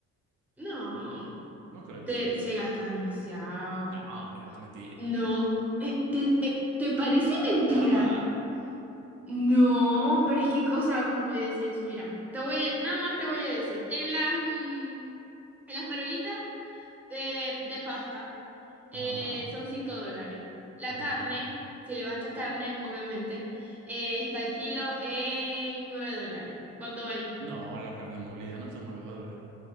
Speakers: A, in the centre; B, on the right.
A: No,
B: ¿No crees?
A: te, se gasta demasiado.
B: No, deja tu mentira.
A: No, eh, te, eh, ¿te parece mentira?
B: Ya va.
A: No, pero es que, o sea, vos no podés decir eso. Mira, te voy, a- nada más te voy a decir. En las, mm, en las perolitas de, de pasta eh,
B: Ajá,
A: son 5 dólares. La
B: ajá.
A: carne, si le vas a echar carne, obviamente, eh, está el kilo en 9 dólares. ¿Cuánto va ahí?
B: No, la carne molida no está en nueve dólares.